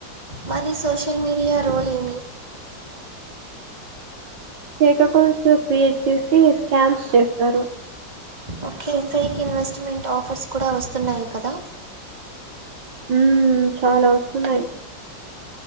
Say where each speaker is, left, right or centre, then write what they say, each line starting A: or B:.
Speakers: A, on the right (about 20°); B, on the right (about 70°).
A: మరి సోషల్ మీడియా రోల్ ఏమి
B: ఫేక్ అకౌంట్స్ క్రియేట్ చేసి స్కామ్స్ చేస్తారు
A: ఒకే ఫేక్ ఇన్వెస్ట్మెంట్ ఆఫర్స్ కూడా వస్తున్నాయి కదా
B: ఊ చాలా వస్తున్నాయి,